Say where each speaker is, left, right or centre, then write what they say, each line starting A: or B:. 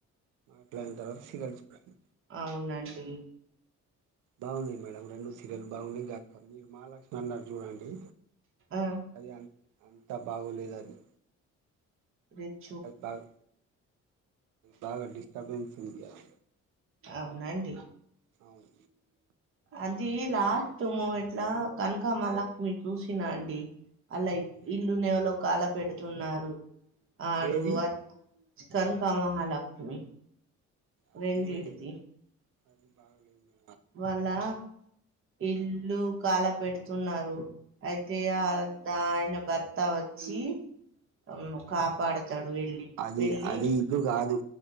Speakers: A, on the right; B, on the right.
A: అట్లంటరా సీరల్ చూడాలి
B: అవునండీ
A: బావుంది మేడం రెండు సీరియల్ బాగున్నీ గాకపోని మీరు మహాలక్ష్మి అన్నారు జూడండీ
B: ఆ
A: అది అన్ అంత బాగోలేదది
B: రెత్
A: అవి కావు బాగ డిస్టబెన్స్ ఉంది ఇయాల
B: అవునా అండి
A: అవును
B: అదీ లాస్ట్ మూమెంట్లా కనక మాలక్ష్మి చూసిందా అండీ అ లైక్
A: ఏ
B: ఇల్లు నేలో కాల పెడుతున్నారూ ఆడూ
A: ఏది
B: అద్ చ్ కనక మహాలక్ష్మి
A: అదీయేక్
B: రెండిటిది
A: అది బాగా లేద్ మే
B: వాళ్లా ఇల్లు కాల పెడుతున్నారు అయితే ఆ దా ఆయన బర్త్ త వచ్చీ అమ్ము కాపాడతాడు వెళ్ళి
A: అది
B: వెళ్ళి
A: అదీ ఇప్పుడు గాదు